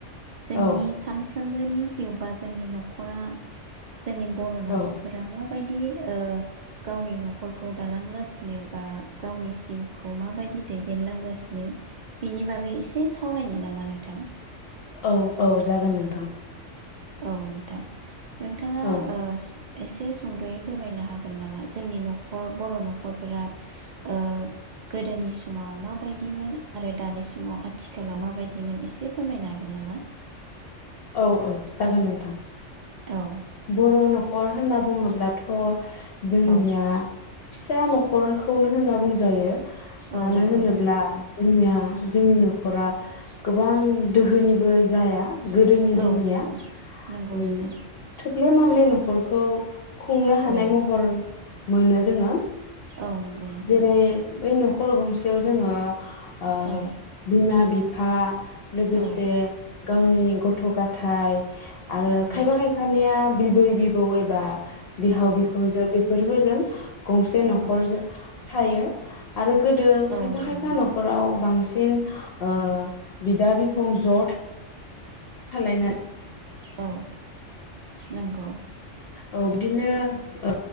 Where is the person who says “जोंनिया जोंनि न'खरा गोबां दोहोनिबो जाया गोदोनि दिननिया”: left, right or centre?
Left